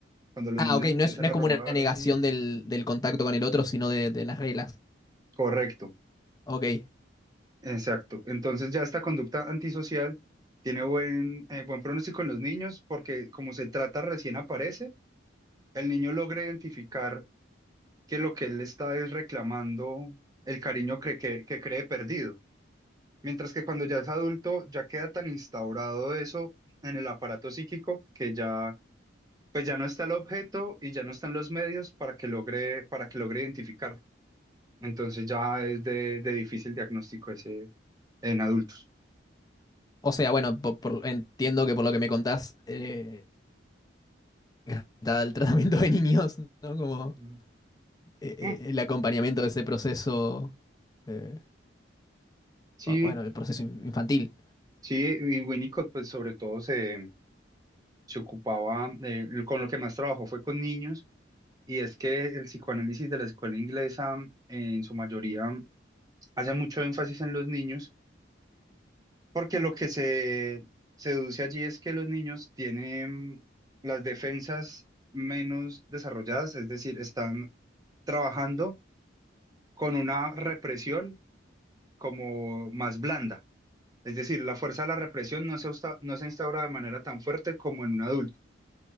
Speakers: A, on the right; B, on the left.
A: cuando los
B: Ah,
A: niños
B: ok,
A: empiezan
B: no es, no es
A: a
B: como
A: robar
B: una negación
A: así.
B: del, del contacto con el otro, sino de, de las reglas.
A: Correcto,
B: Ok.
A: exacto. Entonces ya esta conducta antisocial tiene buen, eh, buen pronóstico en los niños porque como se trata recién aparece, el niño logra identificar que lo que él está es reclamando el cariño cre- que, que cree perdido. Mientras que cuando ya es adulto, ya queda tan instaurado eso en el aparato psíquico que ya pues ya no está el objeto y ya no están los medios para que logre, para que logre identificarlo. Entonces ya es de, de difícil diagnóstico ese en adultos.
B: O sea, bueno, por- por- entiendo que por lo que me contás, eh, <laughs> está el tratamiento de niños, ¿no? Como
A: Mm.
B: eh, eh,
A: Mm.
B: el acompañamiento de ese proceso eh,
A: Sí,
B: bueno, el proceso in- infantil.
A: sí, y Winnicott pues sobre todo se, se ocupaba, eh, con lo que más trabajó fue con niños, y es que el psicoanálisis de la escuela inglesa en su mayoría hace mucho énfasis en los niños Porque lo que se, se deduce allí es que los niños tienen las defensas menos desarrolladas, es decir, están trabajando con una represión como más blanda. Es decir, la fuerza de la represión no se, usta- no se instaura de manera tan fuerte como en un adulto.